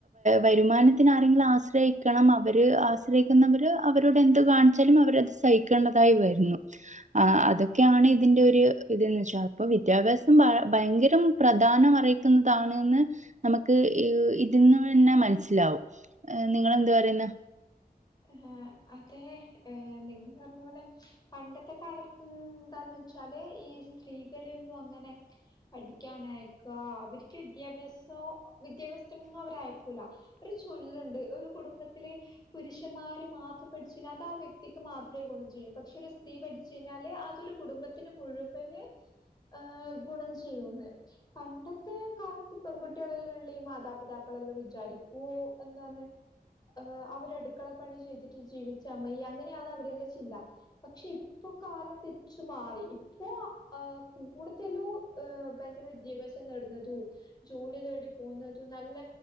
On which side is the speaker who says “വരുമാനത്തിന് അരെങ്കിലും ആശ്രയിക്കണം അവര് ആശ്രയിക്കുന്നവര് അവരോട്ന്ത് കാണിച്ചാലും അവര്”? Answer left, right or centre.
Right